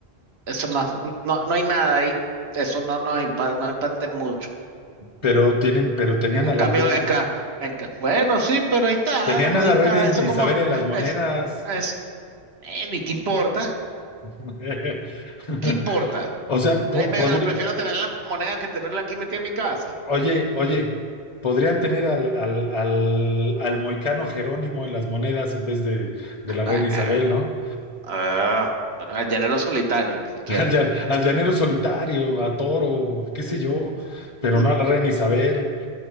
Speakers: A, on the right; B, on the left.
A: eso no, no, no hay nada ahí. Eso no nos impacta, no impacta mucho.
B: Pero tienen, pero tenían
A: En
B: a
A: cambio,
B: la reina,
A: en, ca- en ca- bueno, sí, pero ahí está,
B: tenían
A: ahí
B: a la
A: está.
B: reina
A: Eso
B: Isabel
A: como
B: en las monedas.
A: es, es, eh, ¿y qué importa?
B: <laughs>
A: ¿Qué importa?
B: O sea, po-
A: Ay, me
B: podri-
A: la prefiero tener en la moneda que tenerla aquí metida en mi casa.
B: Oye, oye, podrían tener al, al, al, al moicano Jerónimo en las monedas en vez de, de la reina
A: Ah,
B: Isabel, ¿no?
A: ah, al llanero solitario, ni siquiera.
B: <laughs> Al, llan- al llanero solitario, a Toro, qué sé yo, pero
A: <laughs>
B: no a la reina Isabel.